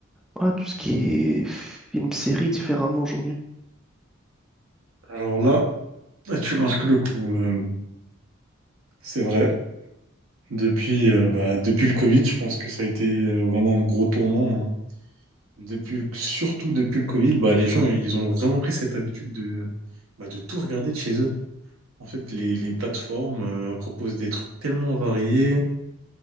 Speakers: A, in the centre; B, on the right.
A: voilà, tout ce qui est film, série différemment aujourd'hui.
B: Alors là, <laughs> là, tu marques le coup, euh, c'est vrai. Depuis, euh, bah, depuis le Covid, je pense que ça a été euh, vraiment un gros tournant. hein. Depuis le- surtout depuis le Covid, bah, les gens, ils ont vraiment pris cette habitude de, bah, de tout regarder de chez eux. En fait, les, les plateformes euh, proposent des trucs tellement variés,